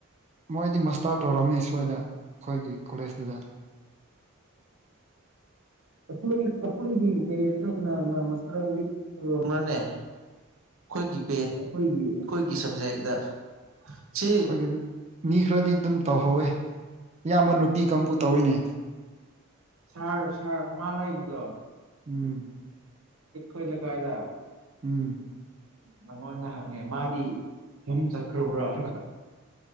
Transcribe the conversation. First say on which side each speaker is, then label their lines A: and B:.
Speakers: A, on the right; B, on the right.
A: ꯃꯣꯏꯗꯤ ꯃꯁꯇꯥꯔ ꯇꯧꯔꯝꯃꯤ ꯁ꯭ꯋꯥꯏꯗ ꯑꯩꯈꯣꯏꯒꯤ ꯀꯣꯂꯦꯖꯇꯨꯗ
B: ꯑꯣꯈꯈꯒꯤ ꯃ ꯃꯁ ꯃꯅꯦ ꯑꯩꯈꯣꯏꯒꯤ ꯕꯦꯁ ꯑꯩꯈꯣꯏꯒꯤ ꯑꯩꯈꯣꯏꯒꯤ ꯁꯕꯖꯦꯛꯇ ꯁꯤ
A: ꯑꯩꯈꯣꯏꯒꯤ ꯃꯤ ꯈꯔꯗꯤ ꯑꯗꯨꯝ ꯇꯧꯍꯧꯋꯦ ꯏꯌꯥꯝꯕ ꯅꯨꯄꯤ ꯀꯥꯡꯕꯨ ꯇꯧꯋꯤꯅꯦ
B: ꯁꯥꯔ ꯁꯔ ꯃꯥꯅꯗꯣ
A: ꯎꯝ
B: ꯣꯏ ꯏꯂ ꯀꯥꯏꯗ
A: ꯎꯝ
B: ꯅꯪꯉꯣꯟꯗ ꯍꯪꯉꯦ ꯃꯥꯗꯤ ꯌꯨꯝ ꯆꯠꯈ꯭ꯔꯕ꯭ꯔꯥꯅꯥ